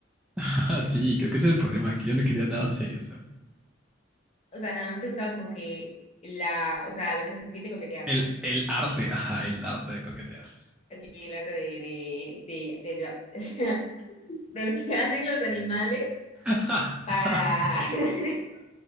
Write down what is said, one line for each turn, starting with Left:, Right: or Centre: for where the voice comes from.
Centre: Ah, sí, creo que ese era el problema, que yo no quería nada serio, ¿sabes?
Left: o sea, nada más te gustaba como que la, o sea, lo que se siente coquetear,
Centre: El,
Left: ¿no?
Centre: el arte, ajá, el arte de coquetear.
Left: aquí el arte de, de, de, de la- <laughs> o sea, de lo que hacen los animales
Centre: <laughs>
Left: para <laughs>